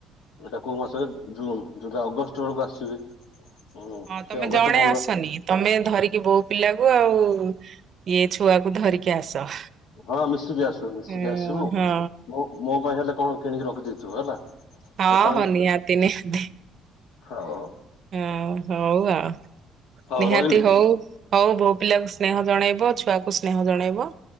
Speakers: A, on the left; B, on the right.
A: ଏଇଟା କୋଉ ମାସ କି ଜୁନ ଜୁଲ ଅଗଷ୍ଟ ବେଳକୁ ଆସିବି। ହୁଁ
B: ହଁ ତମେ
A: ସେ ଅଗଷ୍ଟ
B: ଜଣେ
A: ପନ୍ଦର
B: ଆସନି। ତମେ ଧରିକି ବୋହୂ ପିଲାକୁ ଆଉ ଇଏ ଛୁଆକୁ ଧରିକି ଆସ।
A: ହଁ ମିଶିକି ଆସିବୁ ମିଶିକି
B: ହଁ
A: ଆସିବୁ
B: ହଁ
A: ମୁଁ ମୋ ପାଇଁ ହେଲେ କଣ କିଣିକି ରଖିଦେଇଥିବ ହେଲା।
B: ହଁ
A: ଆଉ ସାଙ୍ଗ
B: ହଉ ନିିହାତି ନିିହାତି।
A: ହଉ ହଉ
B: ହଁ ହଉ ଆଉ
A: ହଉ
B: ନିହାତି
A: ରହିଲି
B: ହଉ। ହଉ ବୋହୂ ପିଲାକୁ ସ୍ନେହ ଜଣେଇବ ଛୁଆକୁ ସ୍ନେହ ଜଣେଇବ।